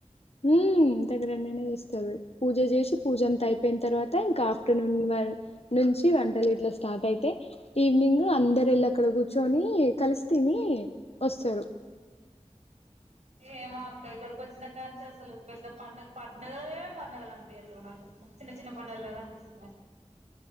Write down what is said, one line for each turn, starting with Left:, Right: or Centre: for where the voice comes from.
Left: ఉమ్ ర గ్రాండ్ గ నే చేస్తారు పూజ చేసి పూజ అంత అయిపోయిన తర్వాత ఇంకా ఆఫ్టర్నూన్ నుంచి వంటలు ఇట్లా స్టార్ట్ అయితాయి ఈవినింగ్ అందరు వెళ్ళక్కడ కూర్చొని, కలిసి తిని వస్తరు.
Right: ఏమో అక్క ఇక్కడికి వచ్చినా కాంచసలు పెద్ద పండగ పన్ డగయేం పండగలంపియట్లె నాకు చిన్న చిన్న పండగల్లాగ అన్నిపిస్తున్